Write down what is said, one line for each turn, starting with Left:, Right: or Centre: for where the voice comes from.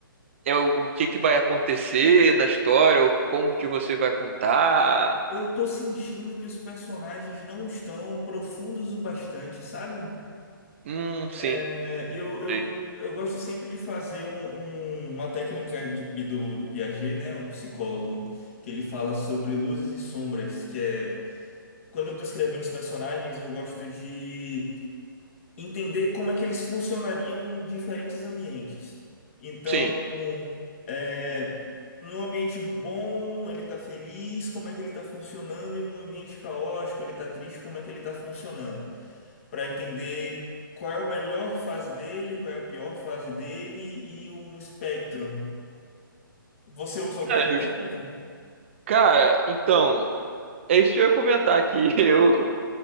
Right: é o, o que que vai acontecer na história, ou como que você vai contar.
Left: Eu tô sentindo que os personagens não estão profundos o bastante, sabe?
Right: Hum, sim,
Left: É, eu, eu,
Right: Sim.
Left: eu gosto sempre de fazer um- um- uma técnica de, do, do Piaget, né? Um psicólogo, que ele fala sobre luzes e sombras, que é. Quando eu tô escrevendo os personagens, eu gosto de entender como é que eles funcionariam em diferentes ambientes. Então,
Right: sim.
Left: um, é, num ambiente bom, ele está feliz, como é que ele está funcionando, e num ambiente caótico, ele está triste, como é que ele está funcionando, para entender qual é a melhor fase dele, qual é a pior fase dele e um espectro. Você usa alguma
Right: É justo.
Left: técnica?
Right: Cara, então, é isso que eu ia comentar aqui. <laughs> Eu,